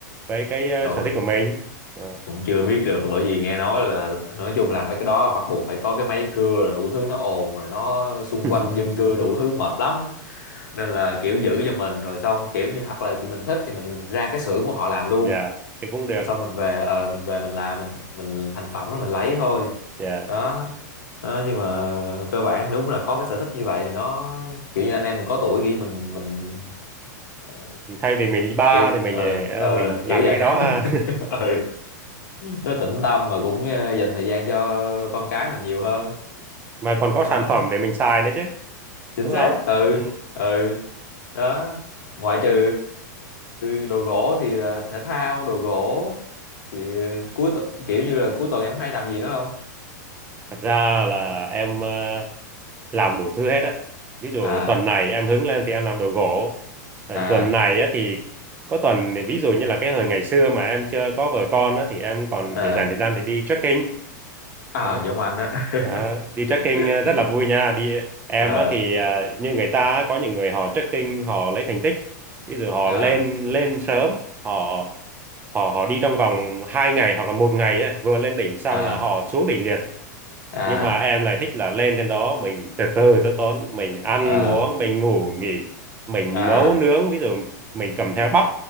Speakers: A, on the right; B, on the left.
A: với cái ờ,
B: rồi
A: sở thích của mình Ờ.
B: cũng chưa biết được bởi vì nghe nói là nói chung là mấy cái đó bắt buộc phải có cái máy cưa rồi đủ thứ nó ồn rồi nó xung quanh
A: <laughs>
B: dân cư đủ thứ mệt lắm nên là kiểu giữ cho mình rồi xong kiểu như hoặc là mình thích thì mình ra cái xưởng của họ làm luôn
A: dạ thì cũng được
B: Rồi xong mình về ờ mình về mình làm mình mình thành phẩm rồi mình lấy thôi
A: dạ
B: đó đó nhưng mà cơ bản đúng là có cái sở thích như vậy thì nó kiểu như anh em mình có tuổi kiểu như mình mình ờ,
A: thay vì mình đi bar
B: kiểu
A: thì mình
B: ờ
A: ờ,
B: ờ
A: mình làm
B: kiểu
A: những
B: vậy
A: cái đó ha
B: <laughs> ờ nó tĩnh tâm mà cũng ờ, dành thời gian cho con cái mình nhiều hơn
A: <laughs> mà còn có
B: đó
A: sản phẩm để mình xài nữa chứ
B: chính
A: đúng
B: xác
A: không
B: ừ
A: ừ.
B: ừ đó ngoại trừ ờ, đồ gỗ thì là thể thao đồ gỗ thì ờ, cuối tu- kiểu như là cuối tuần em hay làm gì nữa không
A: Thật ra là em ờ, làm đủ thứ hết á. Ví dụ
B: à
A: tuần này em hứng lên thì em làm đồ gỗ. Rồi
B: à
A: tuần này á, thì có tuần thì ví dụ như là cái hồi ngày xưa mà em chưa có vợ con á, thì em còn
B: à
A: để dành thời gian để đi trekking.
B: à
A: Đó.
B: giống anh đó
A: Đó. Đi trekking
B: <laughs>
A: ờ, rất là vui nha. Đi em
B: ờ
A: á, thì ờ, như người ta á, có những người họ trekking họ lấy thành tích. Ví dụ họ
B: à
A: lên lên sớm, họ họ họ đi trong vòng 2 ngày hoặc là một ngày á, vừa lên đỉnh xong
B: à
A: là họ xuống đỉnh liền
B: à
A: nhưng mà em lại thích là lên trên đó mình từ từ tới tốn mình ăn
B: à
A: uống mình ngủ nghỉ mình
B: à
A: nấu nướng ví dụ mình cầm theo bắp